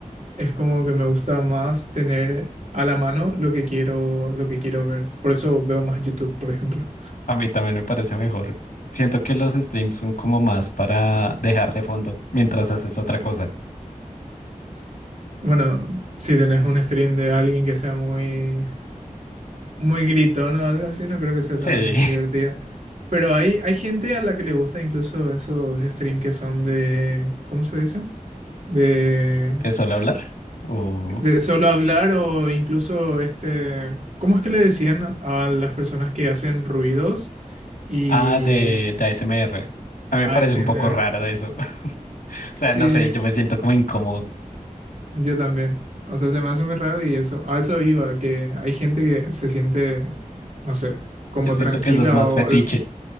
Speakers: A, on the right (about 60°); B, on the left (about 85°).
A: es como que me gusta más tener a la mano lo que quiero, lo que quiero ver. Por eso veo más YouTube, por ejemplo.
B: A mí también me parece mejor. Siento que los streams son como más para dejar de fondo mientras haces otra cosa.
A: Bueno, si tenés un stream de alguien que sea muy, muy gritón o algo así, no creo que sea
B: Sí.
A: tan divertida. Pero hay, hay gente a la que le gusta incluso esos streams que son de, ¿cómo se dice? de,
B: <laughs> ¿Te suelo hablar? O...
A: de solo hablar o incluso este, ¿cómo es que le decían a las personas que hacen ruidos y
B: Ah, de, de A S M R A mí me
A: ASMR?
B: parece un poco raro eso. <laughs> O
A: Sí,
B: sea, no sé, yo me siento como incómodo.
A: yo también. O sea, se me hace muy raro y eso, a eso iba, que hay gente que se siente, no sé, como
B: Yo siento
A: tranquila
B: que eso es más
A: o
B: fetiche.
A: algo.